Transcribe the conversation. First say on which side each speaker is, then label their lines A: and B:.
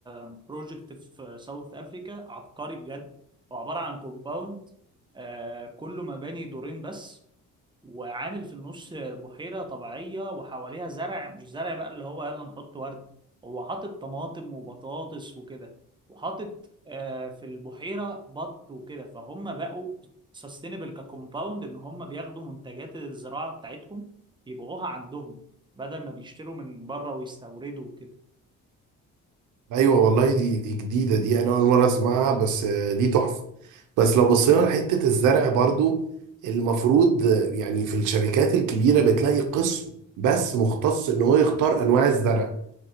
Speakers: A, on the right; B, on the right.
A: بروجكت في ساوث افريكا عبقري بجد هو عباره عن كومباوند كله مباني دورين بس وعامل في النص بحيرة طبيعية وحواليها زرع مش زرع بقى اللي هو يلا نحط ورد هو حاطط طماطم وبطاطس وكده وحاطط آه في البحيرة بط وكده فهم بقوا سستينبل ككومباوند ان هم بياخدوا منتجات الزراعة بتاعتهم يبيعوها عندهم بدل ما بيشتروا من بره ويستوردوا وكده
B: ايوه والله دي دي جديدة دي انا اول مرة اسمعها بس آه، دي تحفة بس لو بصينا لحتة الزرع برضو المفروض آه، يعني في الشركات الكبيرة بتلاقي قسم بس مختص ان هو يختار انواع الزرع